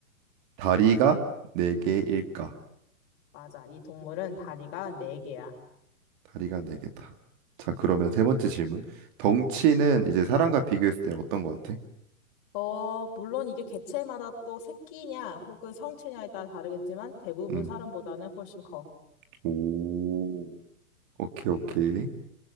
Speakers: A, on the right (about 35°); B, on the left (about 35°).
A: 다리가 네 개일까?
B: 맞아. 이 동물은 다리가 네개야
A: 다리가 네 개다. 자, 그러면 세 번째 질문. 덩치는 이제 사람과 비교했을 때는 어떤 것 같아?
B: 어, 물론 이게 개체마다 또 새끼냐 혹은 성체냐에 따라 다르겠지만 대부분
A: 음.
B: 사람보다는 훨씬 커.
A: 오. 오케이, 오케이.